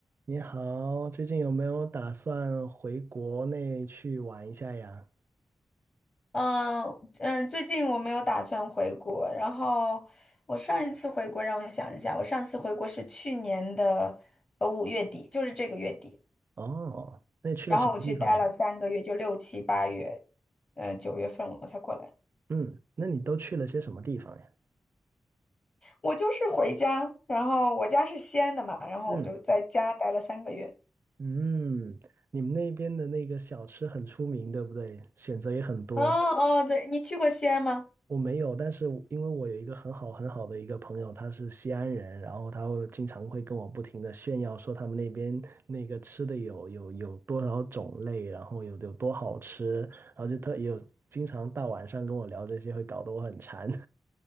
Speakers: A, on the right; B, on the left.
A: 你好，最近有没有打算回国内去玩一下呀？
B: 嗯嗯，最近我没有打算回国，然后我上一次回国，让我想一下，我上次回国是去年的呃五月底，就是这个月底，
A: 哦，那你去了什么地方呀？
B: 然后我去待了三个月，就六七八月，呃九月份我才过来。
A: 嗯，那你都去了些什么地方呀？
B: 我就是回家，然后我家是西安的嘛，然后我就在家待了三个月。
A: 嗯嗯，你们那边的那个小吃很出名，对不对？选择也很多。
B: 哦哦，对，你去过西安吗？
A: 我没有，但是因为我有一个很好很好的一个朋友，他是西安人，然后他会经常会跟我不停的炫耀说他们那边那个吃的有有有多少种类，然后有有多好吃，然后就特也有经常大晚上跟我聊这些，会搞得我很馋。<laughs>